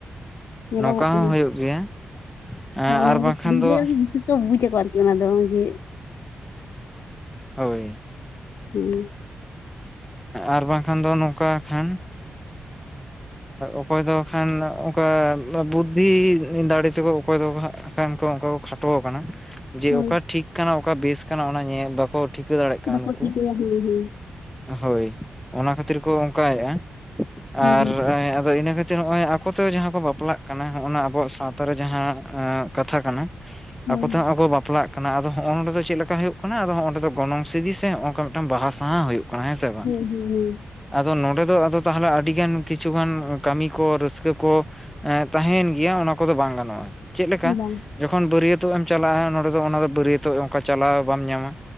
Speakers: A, on the left; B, in the centre.
A: ᱧᱮᱞᱚᱜᱚᱜ
B: ᱱᱚᱝᱠᱟ ᱦᱚᱸ
A: ᱠᱟᱱᱟ᱾
B: ᱦᱩᱭᱩᱜ ᱜᱮᱭᱟ᱾ ᱮᱸ
A: ᱚᱱᱟ
B: ᱟᱨ
A: ᱠᱚᱫᱚ
B: ᱵᱟᱝᱠᱷᱟᱱ
A: ᱠᱩᱲᱤ ᱜᱤᱫᱽᱨᱟᱹ
B: ᱫᱚ
A: ᱨᱮᱜᱮ ᱵᱤᱥᱮᱥ ᱠᱚ ᱵᱩᱡ ᱟᱠᱚ ᱟᱨᱠᱤ ᱚᱱᱟ ᱫᱚ ᱡᱮᱼᱼ
B: ᱦᱳᱭ᱾
A: ᱦᱩᱸ᱾
B: ᱟᱨ ᱵᱟᱝᱠᱷᱟᱱ ᱫᱚ ᱱᱚᱝᱠᱟ ᱠᱷᱟᱱ ᱚᱠᱚᱭ ᱫᱚ ᱠᱷᱟᱱ ᱚᱱᱠᱟ ᱵᱩᱫᱽᱫᱷᱤ ᱫᱟᱲᱮ ᱛᱮᱠᱚ ᱚᱠᱚᱭ ᱫᱚ ᱦᱟᱸᱜ ᱠᱷᱟᱱ ᱠᱚ ᱚᱱᱠᱟ ᱠᱚ ᱠᱷᱟᱴᱚ ᱟᱠᱟᱱᱟ ᱾ ᱡᱮ
A: ᱦᱳᱭ
B: ᱚᱠᱟ ᱴᱷᱤᱠ ᱠᱟᱱᱟ ᱚᱠᱟ ᱵᱮᱥ ᱠᱟᱱᱟ ᱚᱱᱟ ᱧᱮᱞ ᱵᱟᱠᱚ ᱴᱷᱤᱠᱟᱹ ᱫᱟᱲᱮᱭᱟᱜ ᱠᱟᱱᱟ
A: ᱵᱟᱠᱚ
B: ᱱᱩᱠᱩ
A: ᱴᱷᱤᱠᱟᱹᱭᱟ ᱦᱮᱸ ᱦᱮᱸ ᱾
B: ᱦᱳᱭ ᱚᱱᱟ ᱠᱷᱟᱹᱛᱤᱨ ᱠᱚ ᱚᱱᱠᱟᱭᱮᱼᱟ ᱾
A: ᱦᱩᱸ
B: ᱟᱨ ᱮᱸ ᱟᱫᱚ ᱤᱱᱟᱹ ᱠᱷᱟᱹᱛᱤᱨ ᱱᱚᱜᱚᱭ ᱟᱠᱚᱛᱮ ᱡᱟᱦᱟᱸ ᱠᱚ ᱵᱟᱯᱞᱟᱜ ᱠᱟᱱᱟ ᱦᱚᱜᱼᱱᱟ ᱟᱵᱚᱣᱟᱜ ᱥᱟᱶᱛᱟᱨᱮ ᱡᱟᱦᱟᱸ ᱠᱟᱛᱷᱟ ᱠᱟᱱᱟ
A: ᱦᱳᱭ
B: ᱟᱠᱚᱛᱮ <inaudible> ᱵᱟᱯᱞᱟᱜ ᱠᱟᱱᱟ ᱟᱫᱚ ᱦᱚᱜᱼᱚᱭ ᱱᱚᱸᱰᱮ ᱪᱮᱫ ᱞᱮᱠᱟ ᱦᱩᱭᱩᱜ ᱠᱟᱱᱟ ᱟᱫᱚ ᱦᱚᱸ ᱚᱸᱰᱮ ᱫᱚ ᱜᱚᱱᱚᱝ ᱥᱤᱫᱤ ᱥᱮ ᱱᱚᱜᱠᱟ ᱢᱤᱫᱴᱟᱝ ᱵᱟᱦᱟ ᱥᱟᱦᱟᱸ ᱦᱩᱭᱩᱜ ᱦᱮᱸ ᱥᱮ ᱵᱟᱝ?
A: ᱦᱳᱭ ᱦᱳᱭ
B: ᱟᱫᱚ ᱱᱚᱸᱰᱮ ᱫᱚ ᱟᱫᱚ ᱛᱟᱦᱚᱞᱮ ᱟᱹᱰᱤᱜᱟᱱ ᱠᱤᱪᱷᱩ ᱜᱟᱱ ᱠᱟᱹᱢᱤ ᱠᱚ ᱨᱟᱹᱥᱠᱟᱹ ᱠᱚ ᱛᱟᱦᱮᱭᱱ ᱜᱮᱭᱟ ᱚᱱᱟ ᱠᱚᱫᱚ ᱵᱟᱝ ᱜᱟᱱᱚᱜᱼᱟ᱾ ᱪᱮᱫ ᱞᱮᱠᱟ
A: ᱦᱮᱸ ᱵᱟᱝ
B: ᱡᱚᱠᱷᱚᱱ ᱵᱟᱹᱨᱭᱟᱹᱛᱚᱜ ᱮᱢ ᱪᱟᱞᱟᱜᱼᱟ ᱱᱚᱰᱮ ᱫᱚ ᱚᱱᱟ ᱫᱚ ᱵᱟᱹᱨᱭᱟᱹᱛᱚᱜ ᱚᱱᱠᱟ ᱪᱟᱞᱟᱣ ᱵᱟᱢ ᱧᱟᱢᱟ᱾